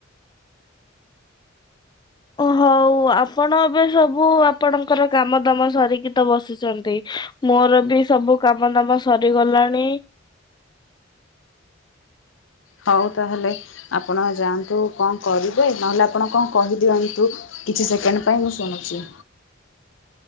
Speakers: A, on the left; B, on the left.
A: ହଉ ଆପଣ ଏବେ ସବୁ ଆପଣଙ୍କର କାମ ଦାମ ସାରିକି ତ ବସିଛନ୍ତି। ମୋର ବି ସବୁ କାମ ଦାମ ସରିଗଲାଣି।
B: ହଉ ତାହେଲେ ଆପଣ ଯାଆନ୍ତୁ କଣ କରିବେ ନହେଲେ ଆପଣ କଣ କହିଦିଅନ୍ତୁ? କିଛି ସେକେଣ୍ଡ ପାଇଁ ମୁଁ ଶୁଣୁଛି